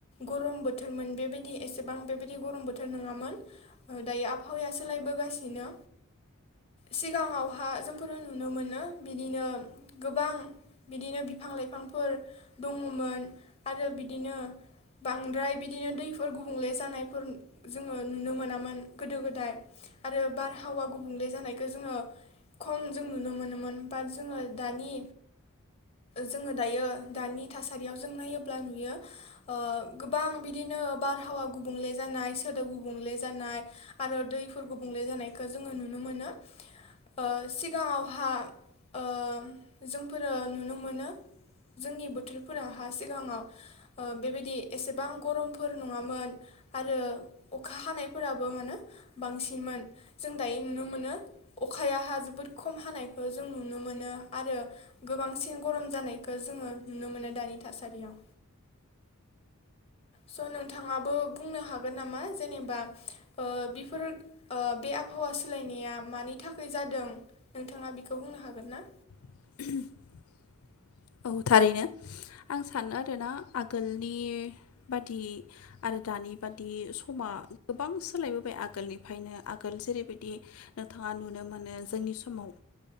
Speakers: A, on the left; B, on the left.
A: गरम बोथोरमोन बेबायदि एसेबां बेबायदि गरम बोथोर नोङामोन दायो आबहावाया सोलायबो गासिनो सिगाङावहा जोंफोरो नुनो मोनो बिदिनो गोबां बिदिनो बिफां लाइफांफोर दङमोन आरो बिदिनो बांद्राय बिदिनो दैफोर गुबुंले जानायफोर जोङो नुनो मोनामोन गोदो गोदाय। आरो बारहावा गुबुंले जानायखौ जोङो खम जों नुनो मोनोमोन बाट जोङो दानि जोङो दायो दानि थासारियाव जों नायोब्ला नुयो ओ गोबां बिदिनो बारहावा गुबुंले जानाय सोदोब गुबुंले जानाय आरो दैफोर गुबुंले जानायखौ जोङो नुनो मोनो ओ सिगाङावहा ओ जोंफोरो नुनो मोनो जोंनि बोथोरफोरा हा सिगाङाव ओ बेबायदि एसेबां गरमफोर नङामोन आरो अखा हानायफोराबो मानोे बांसि मोन जों दायो नुनो मोनो अखायाहा जोबोद खम हानायखौ जों नुनो मोनो आरो गोबांसिन गरम जानायखौ जोङो नुनो मोनो दानि थासारियाव स नोंथाङाबो बुंनो हागोन नामा जेनेबा ओ बेफोर ओ बे आबहावा सोलायनाया मानि थाखाय जादों नोंथाङा बेखौ बुंनो हागोन ना?
B: <inaudible> औ थारैनो आं सानो आरोना आगोलनि बादि आरो दानि बादि समा गोबां सोलायबोबाय आगोलनिफ्रायनो आगोल जेरैबायदि नोंथाङा नुनो मोनो जोंनि समाव